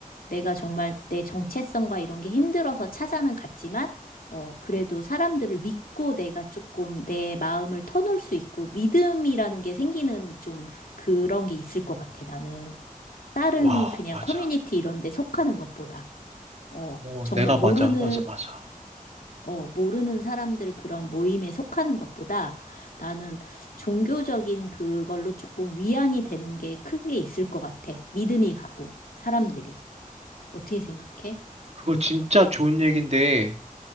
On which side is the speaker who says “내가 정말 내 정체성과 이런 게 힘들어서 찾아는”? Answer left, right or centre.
Left